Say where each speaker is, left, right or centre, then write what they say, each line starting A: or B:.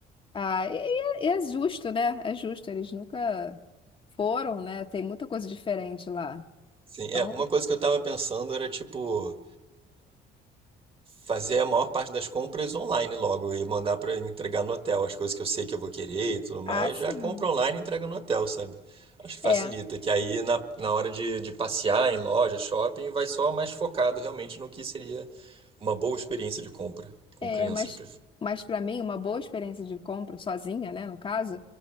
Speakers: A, on the left (about 30°); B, on the right (about 35°).
A: Ah, e, e é e é justo, né? É justo, eles nunca foram, né? Tem muita coisa diferente lá.
B: Sim,
A: Então,
B: é, uma coisa que eu tava pensando era tipo. fazer a maior parte das compras online logo e mandar para entregar no hotel as coisas que eu sei que eu vou querer e tudo mais,
A: ah, sim.
B: já compra online e entrega no hotel, sabe? Acho que
A: É,
B: facilita, que aí na, na hora de, de passear em loja, shopping, vai só mais focado realmente no que seria uma boa experiência de compra com
A: é,
B: crianças.
A: mas,
B: pre-
A: mas para mim, uma boa experiência de compra, sozinha, né, no caso,